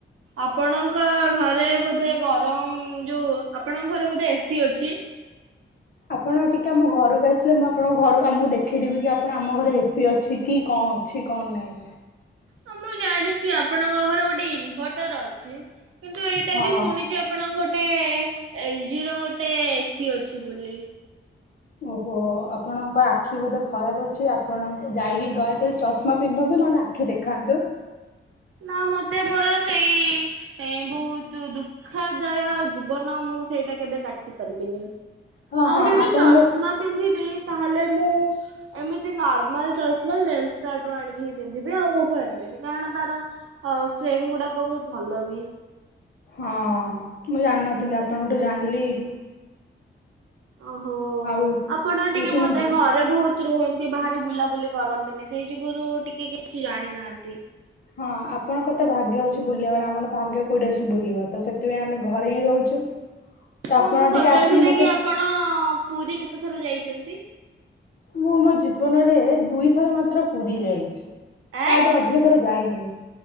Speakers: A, on the right (about 85°); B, on the left (about 45°).
A: ଆପଣଙ୍କ ଘରେ ବୋଧେ ଗରମ, ଯୋଉ ଆପଣଙ୍କ ଘରେ ବୋଧେ ଏ ସି ଅଛି। <inaudible>
B: ଆପଣ ଟିକେ ଆମ ଘରକୁ ଆସିଲେ। ମୁଁ ଆପଣଙ୍କୁ ଘରକୁ ଆଉ ମୁଁ ଦେଖେଇଦେବି କି ଆପଣ ଆମ ଘରେ ଏ ସି ଅଛି, କି କଣ ଅଛି କଣ ନାଇଁ।
A: ହଁ ମୁଁ ଜାଣିଚି ଆପଣଙ୍କ ଘରେ ଗୋଟେ ଇନଭଟର ଅଛି। କିନ୍ତୁ ଏଇଟା
B: ହଁ
A: ବି ଶୁଣିଚି ଆପଣଙ୍କୋଟେ ଟେ ଏଲ ଜି ର ଗୋଟେ। ସି ଅଛି ବୋଲି।
B: ଓହୋ ଆପଣଙ୍କ ଆଖି ବୋଧେ ଖରାପ ଅଛି ଆପଣଙ୍କ ଯାଇକି ଦୟାକରି ଚଷମା ପିନ୍ଧ ନ୍ତୁ ନହେଲେ ଆଖି ଦେଖାନ୍ତୁ।
A: ନା ମତେ ମୋର ସେଇ ଏ ବହୁତ ଦୁଃଖଦାୟ ଜୀବନ ମୁଁ ସେଇଟା କେବେ କାଟି ପାରିବିନି।
B: ହଁ
A: ଆଉ
B: ହଁ
A: ଯଦି
B: ଆପଣଙ୍କ
A: ଚଷମା ପିନ୍ଧିବି ତାହେଲେ ମୁଁ ଏମିତି ନର୍ମାଲ ଚଷମା ଲେନ୍ସ କାର୍ଟ ରୁ ଆଣିକି ହିଁ ପିନ୍ଧିବି। ଆଉ କୋଉଠୁ ଆଣିବିନି କାରଣ ତାର ଆଉ ଫ୍ରେମ ଗୁଡାକ ବହୁତ ଭଲ ବି।
B: ହଁ ମୁଁ ଜାଣିନଥିଲି ଆପଣଙ୍କଠୁ ଜାଣିଲି।
A: ଓହୋ
B: ଆଉ
A: ଆପଣ ଟିକେ
B: ହଉ ଶୁଣନ୍ତୁ
A: ବୋଧେ ଘରେ ବହୁତ୍ ରୁହନ୍ତି ବାହାରେ ବୁଲାବୁଲି କରନ୍ତିନି। ସେଇ ଯୁଗୁରୁ ଟିକେ କିଛି ଜାଣିନାହାନ୍ତି।
B: ହଁ ଆପଣଙ୍କ ତ ଭାଗ୍ୟ ଅଛି ବୁଲିବାର ଆମର ଭାଗ୍ୟ କୋଉଠି ଅଛି ବୁଲିବ ତ ସେଥିପାଇଁ ଆମେ ଘରେ ହିଁ ରହୁଛୁ। ତ
A: ହଁ
B: ଆପଣ
A: ମୁଁ ପଚାରୁଥିଲି
B: ଟିକେ ଆସିକି ମତେ
A: କି ଆପଣ ପୁରୀ କେତେ ଥର ଯାଇଚନ୍ତି।
B: ମୁଁ ମୋ ଜୀବନରେ ଦୁଇଥର ମାତ୍ର ପୁରୀ ଯାଇଛି।
A: ଆଁ
B: ତାଠୁ ଅଧିକ ଥର ଯାଇନି।